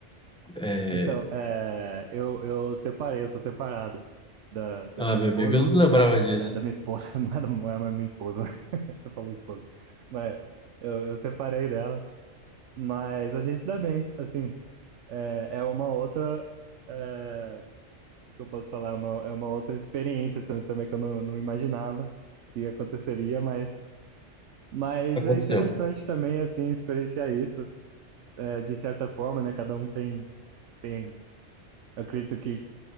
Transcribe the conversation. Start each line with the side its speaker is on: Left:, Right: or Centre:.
Centre: É,
Right: Então, é, eu, eu separei, eu sou separado da,
Centre: Ah,
Right: da minha
Centre: meu
Right: esposa.
Centre: amigo, eu não lembrava disso.
Right: É, da minha esposa, <laughs> não é da não é mais minha esposa, <laughs> você falou esposa. Mas eu, eu separei dela, mas a gente se dá bem, assim. É, é uma outra, é, que eu posso falar, é uma, é uma outra experiência tam- também que eu não, não imaginava que aconteceria, mas, mas
Centre: Aconteceu.
Right: é interessante também, assim, experienciar isso é, de certa forma, né? Cada um tem, tem, eu acredito que,